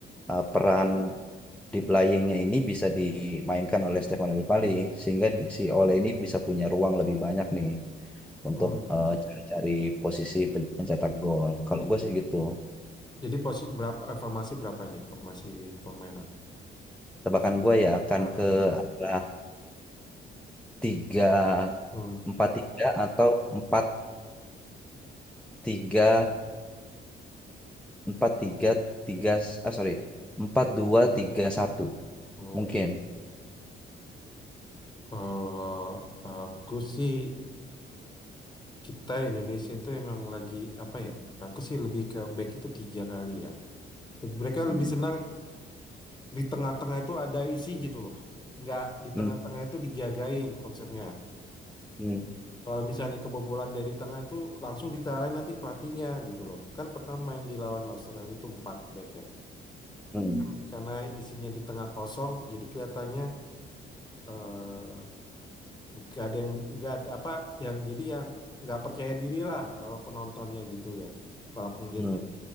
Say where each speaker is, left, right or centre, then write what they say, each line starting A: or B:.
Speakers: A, in the centre; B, on the left.
A: eh, peran di playingnya ini bisa dimainkan oleh Stefano Lillipali sehingga di- si Ole ini bisa punya ruang lebih banyak nih untuk
B: hmm.
A: eh, cari-cari posisi pen- pencetak gol. Kalau gue sih gitu.
B: Jadi posisi berapa eh, formasi berapa ini? Formasi permainan.
A: Tebakan gue ya akan
B: Nah,
A: ke arah tiga
B: hmm.
A: empat tiga atau empat tiga empat tiga tiga ah sorry empat dua tiga satu
B: Oh,
A: mungkin
B: kalau aku sih kita Indonesia itu emang lagi apa ya? Aku sih lebih ke back itu tiga kali ya. Mereka
A: hmm.
B: lebih senang di tengah-tengah itu ada isi gitu loh. Nggak di
A: Hmm.
B: tengah-tengah itu dijagain konsepnya.
A: Hmm.
B: Kalau misalnya kebobolan dari tengah itu langsung ditarain nanti pelatihnya gitu loh. Kan pertama main di lawan Australia itu 4 back ya.
A: Hmm.
B: Kan karena isinya di tengah kosong jadi kelihatannya eh, nggak ada yang nggak ada apa yang jadi yang nggak percaya diri lah kalau penontonnya gitu ya. Kalau aku ngeliat
A: Hmm.
B: ya.